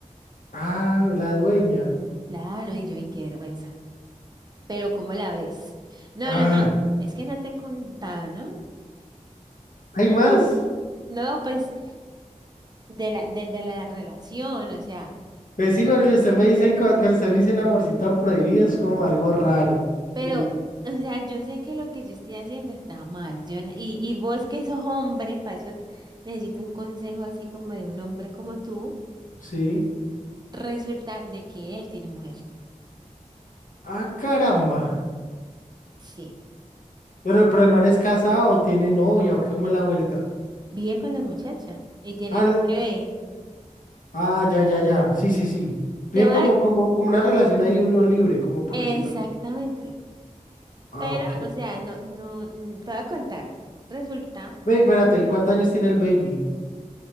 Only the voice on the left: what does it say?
Ah, la dueña.
Ah,
¿hay más?
Pues igual que usted me dice, cu- cuando usted me dice un amorcito prohibido, es como algo raro.
Tiene-
Sí.
Ah, caramba.
Pero, pero el man es casado o tiene novia o qué, cómo es la vuelta.
Ah, le-
ah, ya, ya, ya. Sí, sí, sí. Vive
como, como, como una relación ahí unión libre, como por
decirlo. así. Ah,
ok.
Ve, espérate, ¿y cuántos años tiene el baby?